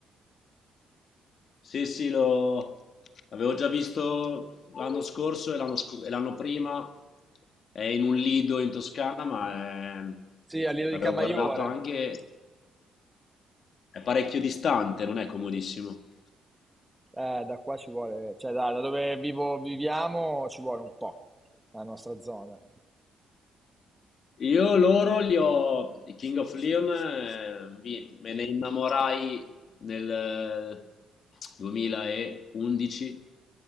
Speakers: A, on the left; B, in the centre.
A: Sì, sì, lo... l'avevo già visto l'anno scorso e l'anno, sc- e l'anno prima, è in un lido in Toscana, ma è-
B: Sì, a Lido
A: l'avevo
B: di Camaiore,
A: guardato anche, è parecchio distante, non è comodissimo.
B: Eh, da qua ci vuole, cioè da, da dove vivo, viviamo ci vuole un po', la nostra zona.
A: Io loro li ho, i King of Leon, eh, vi- me ne innamorai nel eh, 2011,